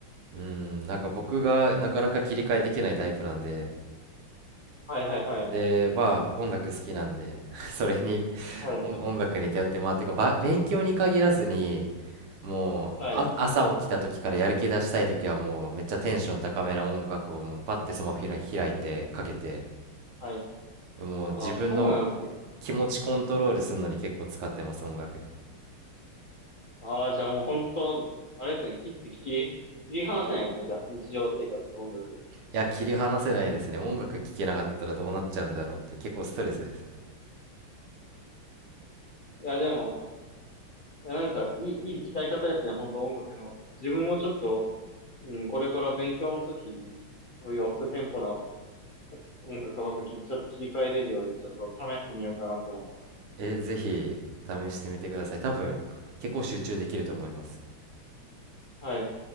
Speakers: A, on the right (about 75°); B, on the left (about 55°).
A: うん、なんか僕がなかなか切り替えできないタイプなんで、
B: はいはいはい。
A: で、まあ音楽好きなんで、<laughs> それに
B: はい、
A: 音、音楽に頼って、まあ、てかば、勉強に限らずに、もうあ朝起きた時からやる気出したい時はもうめっちゃテンション高めな音楽をもうパッてスマホ開い開いてかけて
B: はい、はい。
A: もう自分の
B: ああそうなんですね。
A: 気持ちコントロールするのに結構使ってます音楽い
B: ああじゃあもう本当、あれですね、切って切り、切り離せないですね、じゃあ、日常生活と音楽。
A: や切り離せないですね音楽聴けなかったらどうなっちゃうんだろうって結構ストレスです
B: いや、でも、いや、なんか、いい、いい使い方ですね、本当音楽の。自分もちょっと、うん、これから勉強の時に、そういうアップテンポな音楽ばっかり、ちょっと切り替えれるように、ちょっと試してみようかなと思います。
A: えぜひ試してみてください多分結構集中できると思います
B: はい。